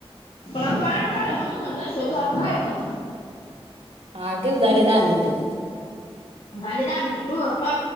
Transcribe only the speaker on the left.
पण आता आड म्हणून म्हण शेबजला खय म्हण
झाले दहा मिनटं ठू ठुवा